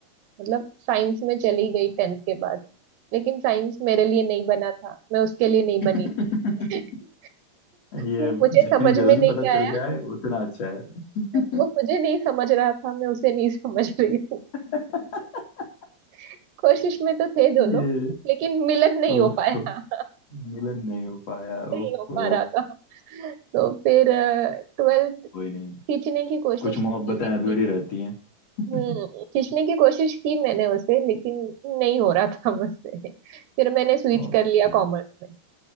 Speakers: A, on the right; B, on the left.
A: मतलब साइंस में चली गई टेंथ के बाद लेकिन साइंस मेरे लिए नहीं बना था मैं उसके लिए नहीं
B: <laughs>
A: बनी <laughs>
B: ये
A: वो मुझे
B: जितनी
A: समझ में
B: जल्दी
A: नहीं
B: पता चल
A: आया
B: जाए उतना अच्छा है
A: वो मुझे नहीं समझ रहा था मैं उसे नहीं <laughs> समझ रही थी
B: <laughs>
A: <laughs> कोशिश में तो थे दोनों
B: ये
A: लेकिन मिलन नहीं
B: ओफो
A: हो पाया
B: मिलन नहीं हो पाया
A: नहीं
B: ओफो
A: हो पा रहा था तो फिर ट्वेल्थ
B: कोई नहीं
A: खींचने की कोशिश
B: कुछ मोहब्बतें
A: की लेकिन
B: अधूरी रहती हैं <laughs>
A: हम्म खींचने की कोशिश की मैंने उसे लेकिन नहीं हो रहा था मुझसे फिर मैंने स्विच
B: ओके
A: कर लिया कॉमर्स में